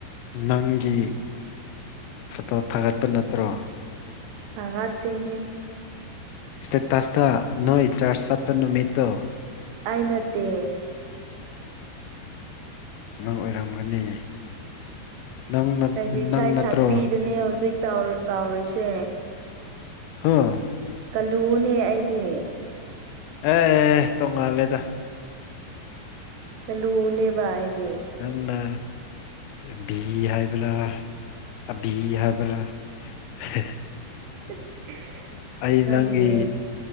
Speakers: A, on the left; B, on the right.
A: ꯅꯪꯒꯤ ꯐꯣꯇꯣ ꯊꯥꯒꯠꯄ ꯅꯠꯇ꯭ꯔꯣ
B: ꯊꯥꯒꯠꯇꯦꯍꯦ
A: ꯁꯇꯦꯇꯁꯇ ꯅꯣꯏ ꯆꯥꯔꯆ ꯆꯠꯄ ꯅꯨꯃꯤꯠꯇꯣ
B: ꯑꯩ ꯅꯠꯇꯦ
A: ꯅꯪ ꯑꯣꯏꯔꯝꯒꯅꯤ ꯅꯪ
B: ꯑꯩꯗꯤ ꯏꯁꯩ
A: ꯅꯪ ꯅꯠꯇ꯭ꯔꯣ
B: ꯁꯥꯛꯄꯤꯗꯨꯅꯦ ꯍꯧꯖꯤꯛ ꯇꯥꯎꯔꯤꯁꯦ
A: ꯍꯥꯥ
B: ꯀꯜꯂꯨꯅꯦ ꯑꯩꯗꯤ
A: ꯑꯦ ꯇꯣꯡꯉꯥꯜꯂꯦꯗ
B: ꯀꯂꯨꯅꯦꯕ ꯑꯩꯗꯤ
A: ꯅꯪꯅ ꯕꯤ ꯍꯥꯏꯕꯔꯥꯔꯥ ꯑꯕꯤ ꯍꯥꯏꯕꯔꯥꯔꯥ ꯍꯦ
B: <inaudible>
A: ꯑꯩ
B: ꯈꯪꯗꯦ
A: ꯅꯪꯒꯤ